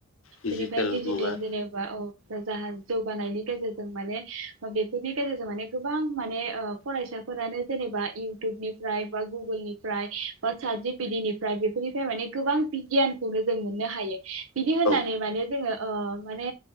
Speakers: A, on the left (about 70°); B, on the right (about 70°).
A: डिजिटेल
B: बेनिफ्राय दिजिटेल
A: मुगा
B: जेनेबा औ जा जौगानायनि गेजेरजों माने बेफोरनि गेजेरजों माने गोबां माने ओ फरायसाफोरानो जेनेबा इउटुबनिफ्राय बा गुगोलनिफ्राय बा साट जिपिटिनिफ्राय बेफोरनिफ्राय माने गोबां बिगियानखौनो जों मोननो हायो। बिदि होननानै
A: औ
B: माने जोङो ओ माने